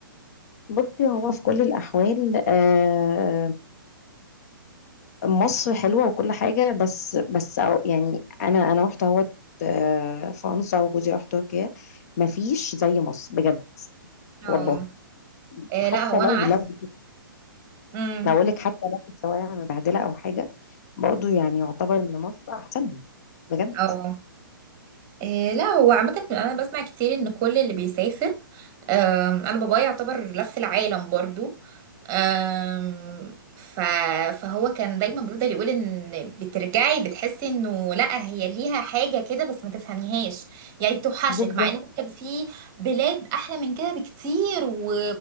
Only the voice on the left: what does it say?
بصي هو في كل الأحوال آه مصر حلوة وكل حاجة بس بس أو- يعني أنا أنا رحت أهوت آه، فرنسا وجوزي راح تركيا مفيش زي مصر بجد والله
حتى
لو
لو
ما أقولك حتى لو الشوارع مبهدلة أو حاجة برضه يعني يعتبر إن مصر أحسنهم بجد
بالظبط